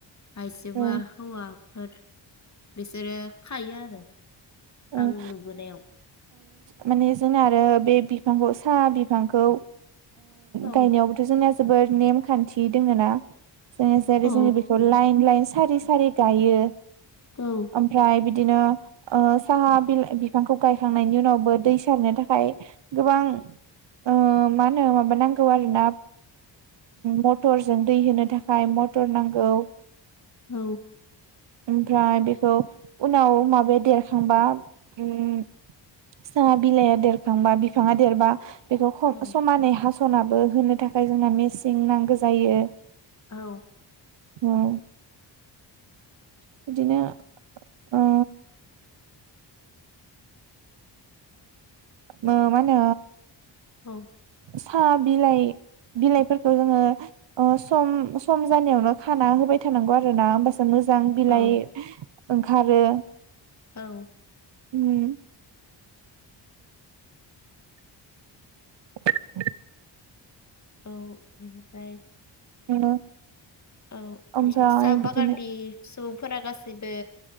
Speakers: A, on the left; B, on the right.
A: आइजोबो
B: औ
A: हौवाफोर। बिसोरो खायो आरो।
B: औ
A: आं नुबोनायाव
B: माने औ जोंना आरो। बे बिफांखौ साहा बिफांखौ
A: औ
B: गायनायावबोथ' जोंनिया जोबोर नेमखान्थि दोङ ना। जों
A: औ
B: जे बेखौ लाइन लाइ स सारि सारि गायो।
A: औ
B: ओमफ्राय बिद बिदिनो ओ साहा बिलाइ बिफांखौ गायखांनायनि उनावबो दै सारनो थाखाय गोबां ओमा होनो माबा नांगौ आरोना। मटरजों दै होनो थाखाय मटर नांगौ।
A: औ।
B: ओमफ्राय बेखौ उनाव माबाया देरखांबा उम साहा बिलाइआ देरखांबा बिफाङा देरबा बेखौ ख
A: औ
B: समानै हास थ नाबो होनो थाखाय जोंना मेस सिं नांगौ जायो
A: औ
B: उम बिदिनो ओ मो मानो
A: औ
B: साहा बिलाइ बिलाइफोरखौ जोंङो उह सम-सम जानायावनो खाना होबाय थानांगौ आरो ना होमबास मोजां बिलाइ
A: औ
B: ओंखारो
A: औ
B: उम <inaudible>
A: औ बिनिफ्राय
B: ओ
A: औ
B: ओमफ्राय
A: दरसम सा
B: बिदिनो
A: बागानि सुब फोरा गासैबो